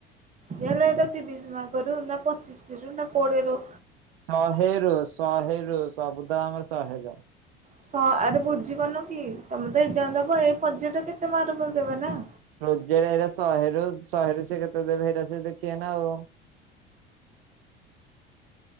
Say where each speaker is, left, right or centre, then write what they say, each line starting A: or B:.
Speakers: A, on the right; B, on the right.
A: ହେଲେ ଏଇଟା ତିରିଶି ମାର୍କରୁ ନା ପଚିଶି ରୁ ନା କୋଡି଼ଏ ରୁ
B: ଶହେରୁ ଶହେରୁ ସବୁତ ଆମେ ଶହେରୁ
A: ସ ଆରେ ବୁଝିିପାରୁନ କି ତମେ ତ ଏଜାମ୍ ଦେବ ଏଇ ପର୍ଯ୍ୟାଟ କେତେ ମାର୍କ ଦେବେ ନା।
B: ପ୍ରୋଜେକ୍ଟ ଏଇଟା ଶହେରୁ ଶହେରୁ ସେ କେତେ ଦେବେ ଏଇଟ ସେ ଦେଖିବ ନା ଆଉ।